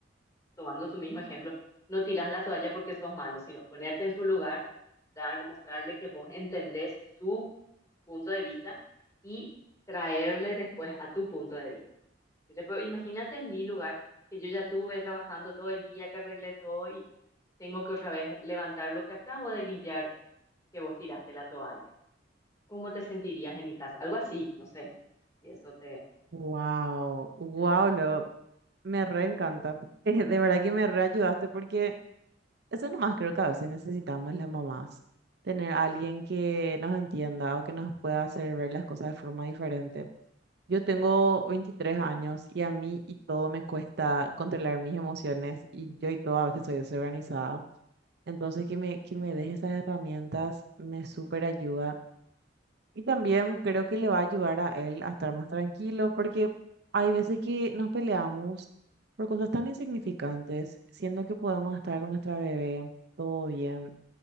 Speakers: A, on the left; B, on the right.
A: tomando tu mismo ejemplo, no tirás la toalla porque sos malo, sino ponerte en su lugar, dar, mostrarle que vos entendés su punto de vista y traerle después a tu punto de vista. Decirle, "Pero imagínate en mi lugar, que yo ya tuve trabajando todo el día, que arreglé todo y tengo que otra vez levantar lo que acabo de limpiar, que vos tiraste la toalla. ¿cómo te sentirías en mi caso? Algo así, no sé, Y eso te
B: Wow, wow,
A: te ayuda.
B: lo, me re encanta. <laughs> De verdad que me re ayudaste porque Eso nomás creo que a veces necesitamos las mamás, tener a alguien que nos entienda o que nos pueda hacer ver las cosas de forma diferente. Yo tengo 23 años y a mí y todo me cuesta controlar mis emociones y yo y todo a veces soy desorganizada. Entonces que me, que me deje esas herramientas me súper ayuda. Y también creo que le va a ayudar a él a estar más tranquilo porque hay veces que nos peleamos por cosas tan insignificantes, siendo que podemos estar con nuestra bebé todo bien.